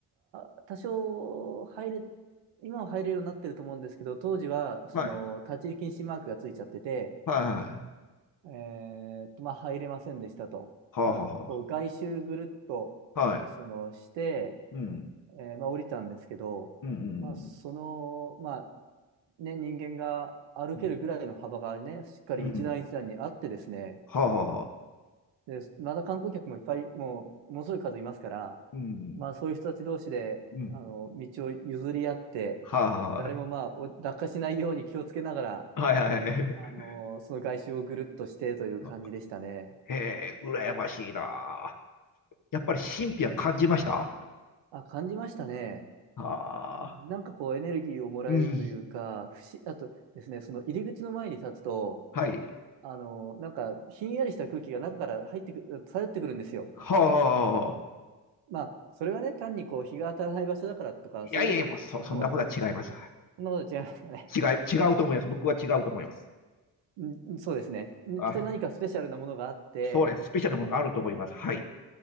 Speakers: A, on the right; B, on the left.
A: あ、多少入れ、今は入れるようになってると思うんですけど、当時はその立ち入り禁止マークがついちゃってて、
B: はい。はいはい。
A: えーっと、まあ入れませんでしたと。
B: はあはあは
A: だからこう外周ぐるっと
B: あ。はい。
A: そのして、
B: うん。
A: えーまあ、降りたんですけど、
B: うんうん
A: まあ、その、まあ、ね、人間が歩けるぐらいの幅がね、
B: うん。
A: しっかり一段一段にあってですね、
B: うん。うんはあはあはあ。
A: で、また観光客もいっぱい、もう、ものすごい数いますから、
B: うん。
A: まあ、そういう人たち同士で、
B: うん。
A: あの、道を譲り合って、
B: はあはあは
A: 誰もまあ、お落下しないように気をつけながら、
B: あ。はいはい。
A: あの、その外周をぐるっとしてという感じでしたね。
B: <laughs> ええ、羨ましいな。やっぱり神秘は感じました
A: あ、感じましたね。
B: は
A: なんかこう、
B: あ。
A: エネルギーをもらえるというか、
B: うん。
A: 不思あとですね、その入り口の前に立つと、
B: はい。
A: あの、なんか、ひんやりした空気が中から入ってくる、漂ってくるんですよ。
B: はあ。
A: まあ、それがね、単にこう、日が当たらない場所だからとか、
B: いやいやいや、
A: そういうことも、
B: もうそ、そんなことは違います。
A: かも、そんなこと違いますかね。
B: 違い、違うと思います。僕は違うと思います。
A: うん、そうですね。
B: はい。
A: きっと何かスペシャルなものがあって、
B: そうです。スペシャルなものがあると思います。はい。